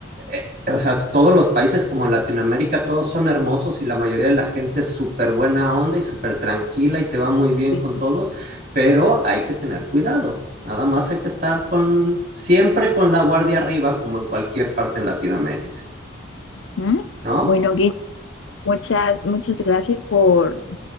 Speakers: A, on the right; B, on the left.
A: eh, o sea, todos los países como en Latinoamérica, todos son hermosos y la mayoría de la gente es súper buena onda y súper tranquila y te va muy bien
B: sí.
A: con todos, pero hay que tener cuidado. Nada más hay que estar con, siempre con la guardia arriba, como en cualquier parte en Latinoamérica,
B: Ujú.
A: ¿no?
B: Bueno, Gui, muchas, muchas gracias por,